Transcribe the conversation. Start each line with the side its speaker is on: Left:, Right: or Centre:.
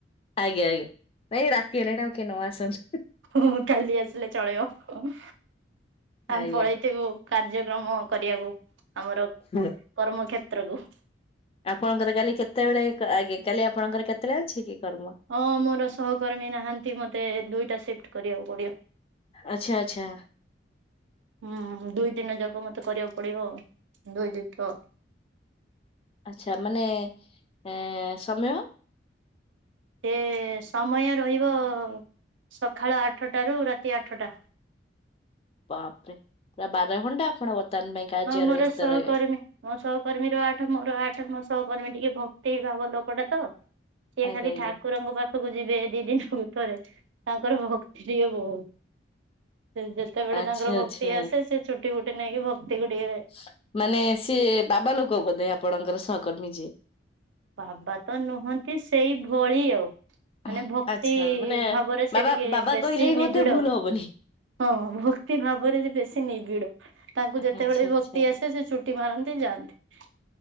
Left: ଆଜ୍ଞା ଆଜ୍ଞା ନାଇଁ ରାତି ହେଲେଣି ଆଉ କିଏ ନଁ ଆସନ୍ତୁ।
Right: ହଁ ହଁ କାଲି ଆସିଲେ ଚଳିବ ହଁ ଆମ୍
Left: ଆଜ୍ଞା।
Right: ପଳେଇଥିବୁ କାର୍ଯ୍ୟକ୍ରମ କରିବାକୁ ଆମର
Left: ଖୁଁ
Right: କର୍ମ କ୍ଷେତ୍ରଗୁ
Left: ଆପଣଙ୍କର କାଲି କେତେବେଳେ ଆଗେ କାଲି ଆପଣଙ୍କର କେତେବେଳେ ଅଛିକି କର୍ମ?
Right: ହଁ ମୋର ସହକର୍ମୀ ନାହାନ୍ତି ମୋତେ ଦୁଇଟା ସିଫ୍ଟ କରିବାକୁ ପଡ଼ିବ।
Left: ଆଚ୍ଛା ଆଚ୍ଛା।
Right: ହୁଁ ଦୁଇ ଦିନ ଯାକ ମତେ କରିବାକୁ ପଡ଼ିବ ଦୁଇ ଦୁଇଟ
Left: ଆଚ୍ଛା ମାନେ ଏଁ ସମୟ
Right: ଏ ସମୟ ରହିବ ସଖାଳ ଆଠଟାରୁ ରାତି ଆଠଟା।
Left: ବାପରେ ରା ବାର ଘଣ୍ଟା ଆପଣ ବର୍ତ୍ତମାନ ପାଇଁ। କାର୍ଯ୍ୟରେ
Right: ହଁ ମୋର
Left: ବ୍ୟସ୍ତ
Right: ସହକର୍ମୀ।
Left: ରହିବେ
Right: ମୋ ସହକର୍ମୀ ର ଆଠ ମୋର ଆଠ ମୋ ସହକର୍ମୀ ଟିକେ ଭକ୍ତି ଭାବ ଲୋକଟା ତ ସିଏ
Left: ଆଜ୍ଞା
Right: ଖାଲି
Left: ଆଜ୍ଞା।
Right: ଠାକୁରଙ୍କୁ ପା ଖକୁ ଯିବେ ଦି ଦିନକୁ ଥରେ ତାଙ୍କର ଭକ୍ତି ଟିକେ ବୋହୁତ ସେ <unintelligible> ସେତେବେଳେ
Left: ଆଚ୍ଛା
Right: ତାଙ୍କର ଭକ୍ତି
Left: ଆଚ୍ଛା
Right: ଆସେ ସେ ଛୁଟି ଫୁଟି ନେଇକି ଭକ୍ତି ଗୁଡ଼ିଏ
Left: ସ ମାନେ ସିଏ ବାବା ଲୋକ ବୋଧେ ଆପଣଙ୍କର ସହକର୍ମୀ ଯିଏ।
Right: ବାବା ତ ନୁହଁନ୍ତି ସେଇ ଭଳି ଆଉ।
Left: ଆଚ୍ଛା
Right: ମାନେ ଭକ୍ତି
Left: ମାନେ
Right: ଭାବରେ ସେ
Left: ବାବା
Right: ଟିକେ
Left: ବାବା
Right: ବେଶୀ
Left: କହିଲେ ବି
Right: ନିବିଡ଼।
Left: ମଧ୍ୟ ଭୁଲ ହବନି।
Right: ହଁ ହଁ ଭକ୍ତି ଭାବରେ ଯେ ବେଶୀ ନିବିଡ଼ ତାଙ୍କୁ
Left: ଆଚ୍ଛା
Right: ଯେତେବେଳେ
Left: ଆଚ୍ଛା
Right: ଭକ୍ତି ଆସେ ସେ ଛୁ ଟି ମାରନ୍ତି ଯାଆନ୍ତି।